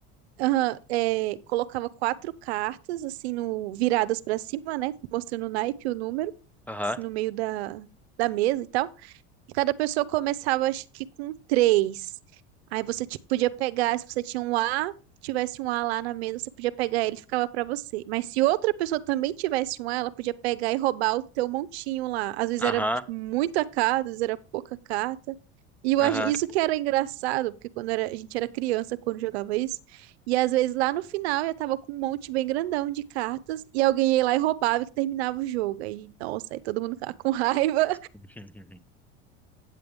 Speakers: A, on the right (about 85°); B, in the centre.
A: aham, é, colocava quatro cartas, assim, no, viradas pra cima, né? Mostrando o naipe, o número,
B: Aham,
A: assim, no meio da, da mesa e tal. E cada pessoa começava, acho que com três. Aí você ti- podia pegar, se você tinha um A, tivesse um A lá na mesa, você podia pegar ele, ficava pra você. Mas se outra pessoa também tivesse um A, ela podia pegar e roubar o teu montinho lá. Às vezes
B: aham,
A: era, tipo, muita carta, às vezes era pouca carta. E eu
B: aham.
A: acho, isso que era engraçado, porque quando era, a gente era criança, quando jogava isso, e às vezes lá no final já tava com um monte bem grandão de cartas, e alguém ia lá e roubava que terminava o jogo. Aí, nossa, aí todo mundo ficava com raiva.
B: <laughs>